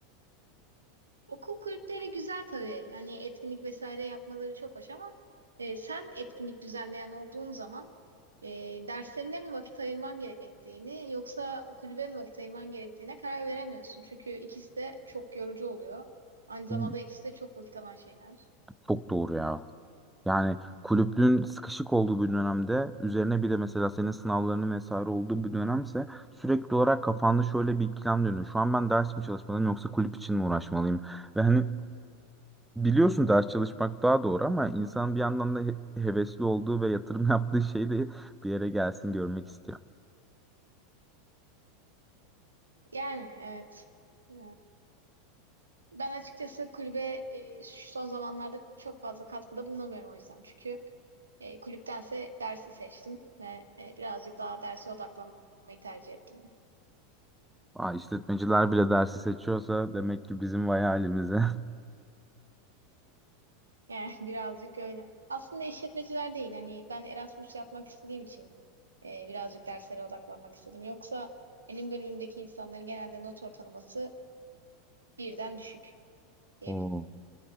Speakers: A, on the right; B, in the centre.
A: Okul kulüpleri güzel tabii. Hani etkinlik vesaire yapmaları çok hoş ama e, sen etkinlik düzenleyen olduğun zaman e, derslerine mi vakit ayırman gerektiğini yoksa kulübe mi vakit ayırman gerektiğine karar veremiyorsun. Çünkü ikisi de çok yorucu oluyor. Aynı zamanda
B: Hmm.
A: ikisi de çok vakit alan şeyler.
B: Çok doğru ya. Yani kulüplüğün sıkışık olduğu bir dönemde üzerine bir de mesela senin sınavlarının vesaire olduğu bir dönemse sürekli olarak kafanda şöyle bir ikilem dönüyor. Şu an ben ders mi çalışmalıyım yoksa kulüp için mi uğraşmalıyım? Ve hani biliyorsun ders çalışmak daha doğru ama insan bir yandan da he- hevesli olduğu ve yatırım <laughs> yaptığı şeyi de bir yere gelsin görmek istiyor.
A: Yani evet. E, ben açıkçası kulübe e, şu son zamanlarda çok fazla katkıda bulunamıyorum o yüzden. Çünkü e, kulüptense dersi seçtim ve e, birazcık daha derse odaklanmayı tercih ettim.
B: Aa, işletmeciler bile dersi seçiyorsa demek ki bizim vay halimize.
A: Yani <laughs> birazcık öyle. Aslında işletmeciler değil. Hani ben Erasmus yapmak istediğim için e, birazcık derslere odaklanmak istedim. Yoksa benim bölümümdeki insanların genelde not ortalaması birden düşük diyebilirim.
B: <laughs> Oo,